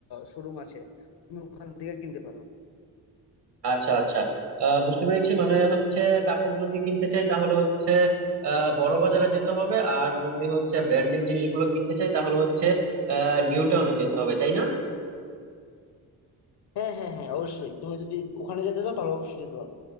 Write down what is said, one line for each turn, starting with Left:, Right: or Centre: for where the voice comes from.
Left: শোরুম আছে তুমি ওখান থেকে কিনতে পারো
Right: আচ্ছা আচ্ছা আহ, বুঝতে পেরেছি মানে হচ্ছে কাপড় যদি কিনতে চাই তাহলে হচ্ছে আহ, বড় বাজারে যেতে হবে আর যদি হচ্ছে ব্র্যান্ডেড জিনিসগুলো কিনতে চাই তাহলে হচ্ছে নিউ টাউনে যেতে হবে তাই না
Left: হ্যাঁ, হ্যাঁ, হ্যাঁ অবশ্যই। তুমি যদি ওখানে যেতে চাও তাহলে অবশ্যই যেতে পারবে।